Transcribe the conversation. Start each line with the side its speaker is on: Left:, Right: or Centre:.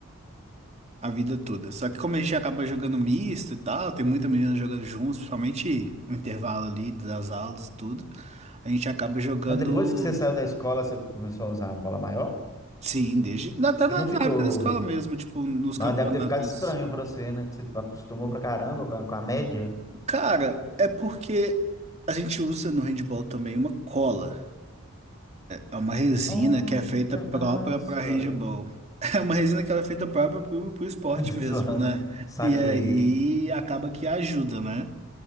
Right: a vida toda. Só que como a gente acaba jogando misto e tal, tem muita menina jogando juntos, principalmente no intervalo ali das aulas e tudo, a gente acaba jogando,
Left: Mas depois que você saiu da escola, você começou a usar a bola maior
Right: sim, desde até na,
Left: e não ficou.
Right: na época da escola mesmo, tipo, nos
Left: Não,
Right: campeonatos.
Left: deve ter ficado estranho pra você, né? Que você acostumou pra caramba com a, com a média.
Right: Cara, é porque a gente usa no handball também uma cola. É uma resina
Left: Oh,
Right: que é feita
Left: que trapaça!
Right: própria para handball. <laughs> É uma resina que ela é feita própria pro, pro esporte
Left: <laughs> Tô
Right: mesmo,
Left: zoando.
Right: né?
Left: Saquei.
Right: E aí acaba que ajuda, né?